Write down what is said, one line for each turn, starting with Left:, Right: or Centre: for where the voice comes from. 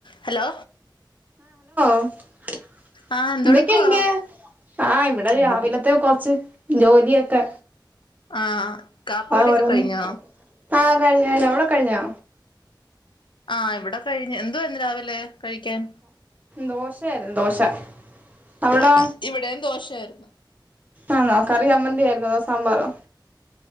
Left: ഹലോ
Right: <unintelligible>
Left: ആഹ് എന്തെടുക്കുവാ
Right: എന്തൊക്കെയുണ്ട് ആഹ് ഇവിടെ
Left: അങ്ങോട്ടാ
Right: രാവിലത്തെ
Left: ചോദിക്ക
Right: കുറച്ച് ജോലിയൊക്കെ
Left: ആഹ് കാപ്പികുടിയൊക്കെ
Right: ഓരോന്ന്
Left: കഴിഞ്ഞോ
Right: ആ കഴിഞ്ഞു കഴിഞ്ഞു അവിടെ കഴിഞ്ഞോ
Left: ആഹ് ഇവിടെ കഴിഞ്ഞ് എന്തുവാ ഇന്ന് രാവിലെ കഴിക്കാൻ
Right: ദോശ ആയിരുന്നു ദോശ അവിടോ
Left: ആഹ് ഇവിടേയും ദോശായിരുന്നു
Right: ആന്നോ കറി ചമ്മന്തി ആയിരുന്നോ അതോ സാമ്പാറോ